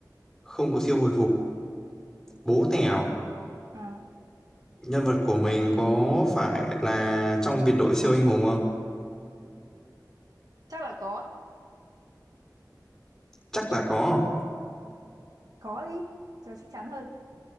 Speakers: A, in the centre; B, on the right (about 60°).
A: Không có siêu hồi phục. Bố tèo.
B: À,
A: Nhân vật của mình có phải là trong biệt đội siêu anh hùng không?
B: chắc là có.
A: Chắc là có.
B: Có đi, cho chắc chắn hơn.